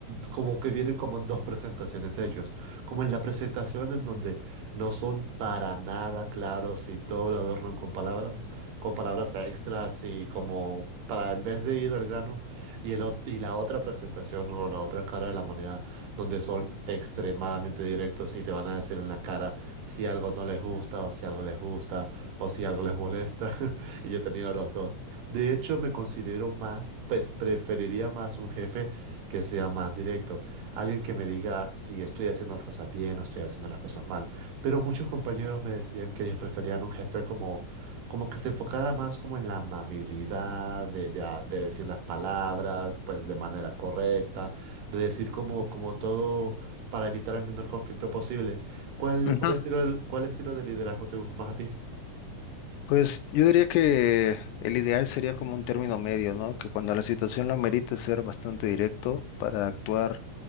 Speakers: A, on the right; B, on the left.
A: como que vienen como en dos presentaciones ellos. Como en la presentación en donde no son para nada claros y todo lo adornan con palabras, con palabras extras y como para en vez de ir al grano. Y, el, ot- y la otra presentación o la otra cara de la moneda donde son extremadamente directos y te van a decir en la cara si algo no les gusta o si algo les gusta o si algo les molesta. <laughs> Y yo he tenido los dos. De hecho, me considero más, pues preferiría más un jefe que sea más directo. Alguien que me diga si estoy haciendo las cosas bien o estoy haciendo las cosas mal. Pero muchos compañeros me decían que ellos preferían un jefe como como que se enfocara más como en la amabilidad, de, de, a- de decir las palabras, pues de manera correcta, de decir como, como todo para evitar el menor conflicto posible. ¿Cuál,
B: Ujú.
A: cuál estilo, cuál estilo de liderazgo te gusta más a ti?
B: Pues yo diría que el ideal sería como un término medio, ¿no? Que cuando la situación lo amerite ser bastante directo para actuar